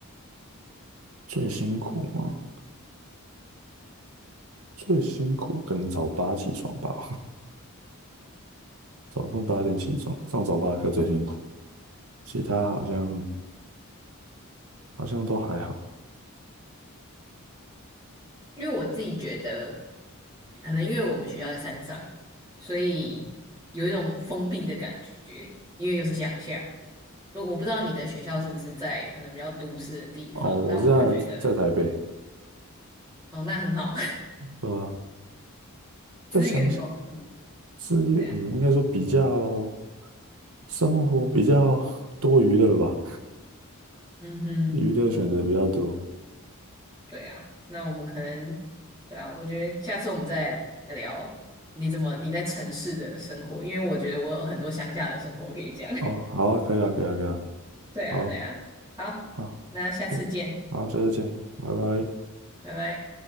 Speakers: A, on the right; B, on the right.
A: 最辛苦吗？最辛苦可能早八起床吧，<laughs> 早上八点起床，上早八的课最辛苦，其他好像好像都还好。
B: 因为我自己觉得，可能因为我们学校在山上，所以有一种封闭的感觉，因为又是乡下。我我不知道你的学校是不是在可能比较都市的地方，
A: 哦，我是在在台北，
B: 但我就觉得哦，那很好，
A: 对吧？
B: <laughs>
A: 在乡下
B: 资源丰富，
A: 是嗯，
B: 这样，
A: 应该说比较生活比较多娱乐吧，
B: 嗯哼，
A: 娱乐选择比较多。
B: 对啊，那我们可能，对啊，我觉得下次我们再来聊你怎么你在城市的生活，因为我觉得我有很多乡下的生活可以讲，
A: 哦，好啊，可以啊，可以啊，可以啊，
B: <laughs> 对啊，
A: 好，
B: 对啊，好，
A: 好，
B: 那下次见，
A: 嗯好，下次见，拜拜。
B: 拜拜。